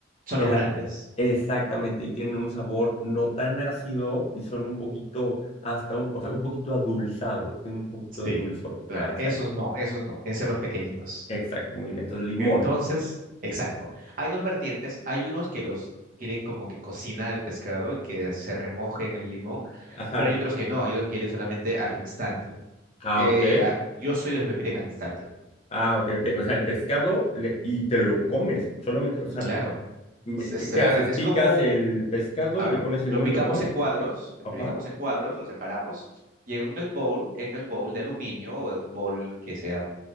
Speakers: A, on the right; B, on the left.
A: Son
B: que
A: los
B: la...
A: grandes.
B: Exactamente, y tienen un sabor no tan ácido y son un poquito, hasta un, o sea, un poquito adulzados, tienen un poquito
A: Sí,
B: de dulzor.
A: claro.
B: Ah, exacto,
A: Esos no, esos no. Tienen que ser los pequeñitos.
B: exacto, muy bien. Entonces, limón.
A: Entonces, exacto. Hay dos vertientes. Hay unos que los quieren como que cocinar el pescado y que se remoje en el limón,
B: Ajá.
A: pero hay otros que no. Hay otros que quieren solamente al instante.
B: Ah,
A: Eh,
B: ok.
A: a- yo soy de los que lo quieren al instante.
B: Ah, ok, ok. O sea, el pescado le- y te lo comes, solamente, o
A: Y
B: sea,
A: claro,
B: me-
A: es, es,
B: ¿qué, qué
A: eh,
B: haces?
A: es
B: Picas
A: como un
B: el pescado
A: A
B: y
A: ver,
B: le pones el
A: lo
B: limón
A: picamos
B: y te lo comes.
A: en cuadros, lo
B: Ajá.
A: picamos en cuadros, lo separamos y en el bowl, en el bowl de aluminio o en un bowl que sea